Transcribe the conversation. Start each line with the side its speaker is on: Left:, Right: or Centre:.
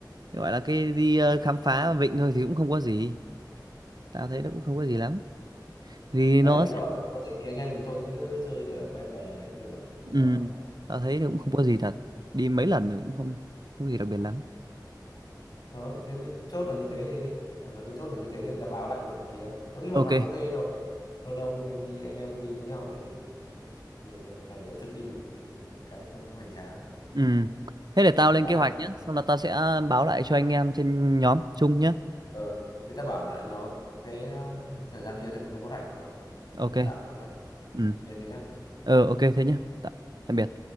Right: gọi là cái đi ờ, khám phá Vịnh thôi thì cũng không có gì tao
Left: à,
Right: thấy nó cũng không có gì lắm Vì
Left: đấy
Right: nó
Left: thì
Right: sẽ
Left: tao bảo là không có gì thì anh em mình thôi cứ chơi ở ven bờ đấy cũng được nhiều
Right: Ừm,
Left: trò
Right: tao thấy nó cũng
Left: à,
Right: không có gì thật đi mấy lần rồi cũng không không có gì đặc biệt lắm
Left: thôi thế cứ chốt là như thế đi tạm thời cứ chốt là như thế để tao báo lại với bọn kia tao nghĩ bọn
Right: ok
Left: nó ok rồi lâu lâu không anh đi anh em không đi với nhau thì, thì đợt này tổ chức đi một ừm, cái cho nó hoành tráng
Right: Ừm, thế để tao
Left: để
Right: lên
Left: tao báo
Right: kế
Left: lại
Right: hoạch nhé xong là tao sẽ báo lại cho anh em trên nhóm chung nhé
Left: ờ thế tao bảo lại nó cái ờ, thời gian kia xem chúng nó có rảnh không
Right: ok
Left: được tao cũng báo lại
Right: Ừ,
Left: về thế nhá
Right: ờ ok thế nhé Tạ- tạm biệt